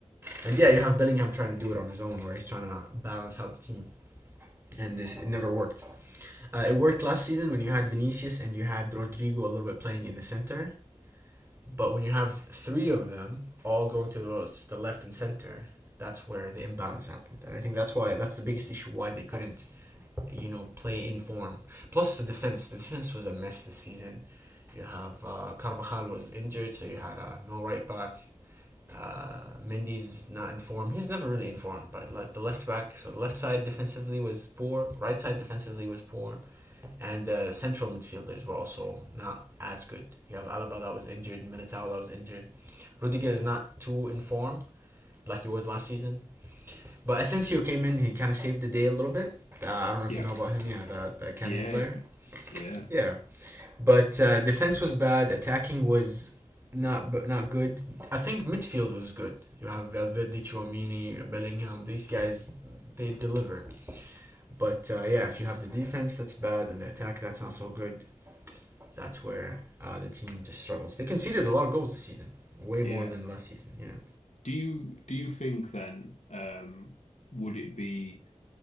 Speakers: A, on the right; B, on the left.
A: And yeah, you have Bellingham trying to do it on his own, where he's trying to balance out the team and this it never worked. Uh, it worked last season when you had Vinicius and you had Rodrigo a little bit playing in the center, But when you have three of them all going to the votes, the left and center, that's where the imbalance happened. And I think that's why that's the biggest issue why they couldn't, you know, play in form. Plus the defense. The defense was a mess this season. You have uh, Carvajal was injured, so you had uh, no right back. Uh, Mindy's not in form. He's never really in form, but like the left back, so the left side defensively was poor, right side defensively was poor. And the central midfielders were also not as good. You have Alaba that was injured, Militao that was injured. Rudiger is not too in form like he was last season. But Asensio came in, he kind of saved the day a little bit. Uh, I don't know if
B: yeah,
A: you know about him, yeah, the, the academy
B: yeah,
A: player.
B: yeah,
A: Yeah. But uh, defense was bad, attacking was not not good. I think midfield was good. You have Valverde, Chouamini, Bellingham. These guys, they deliver. But uh, yeah, if you have the defense that's bad and the attack that's not so good, that's where uh, the team just struggles. They conceded a lot of goals this season, way
B: yeah.
A: more than last season. Yeah.
B: Do you do you think then um, would it be